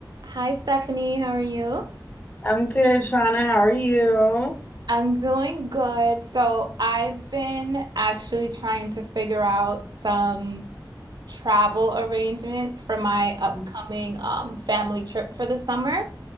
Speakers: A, on the right; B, on the left.
A: Hi, Stephanie. How are you?
B: I'm good, Shauna. How are you?
A: I'm doing good. So, I've been actually trying to figure out some travel arrangements for my upcoming
B: Mm,
A: um, family trip for the summer.